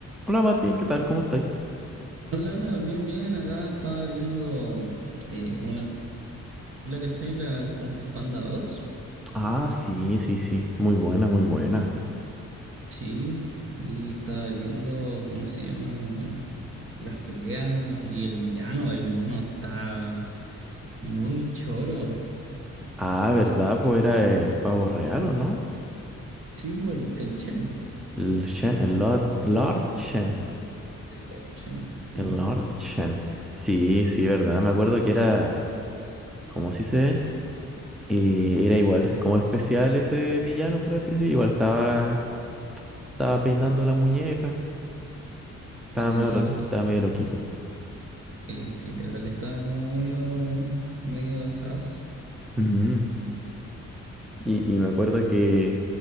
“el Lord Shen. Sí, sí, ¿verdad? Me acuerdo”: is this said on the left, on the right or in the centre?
Centre